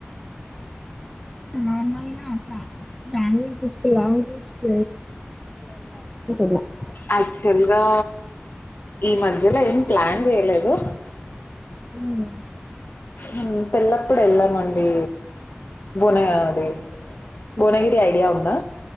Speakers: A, in the centre; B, on the left.
A: ఆ నార్మల్ గా ఆ దాని గురించి చూస్తు లావుంటి <unintelligible> <unintelligible>
B: యాక్చువల్గా ఈ మధ్యలో ఏం ప్లాన్ జేయలేదు
A: మ్మ్
B: హ్మ్ పిల్లప్పుడు వెళ్ళామండి భువన అది భువనగిరి ఐడియా ఉందా,